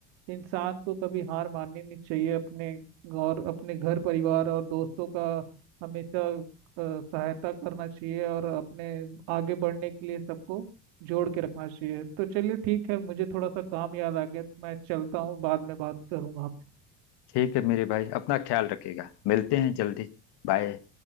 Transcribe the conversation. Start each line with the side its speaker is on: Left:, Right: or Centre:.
Right: इंसान को कभी हार माननी नहीं चाहिए अपने और अपने घर परिवार और दोस्तों का हमेशा अ, सहायता करना चाहिए और अपने आगे बढ़ने के लिए सबको जोड़ के रखना चाहिए तो चलिए ठीक है मुझे थोड़ा सा काम याद आ गया तो मैं चलता हूँ बाद में बात करूँगा आपसे
Left: ठीक है मेरे भाई अपना ख्याल रखिएगा मिलते हैं जल्दी बाय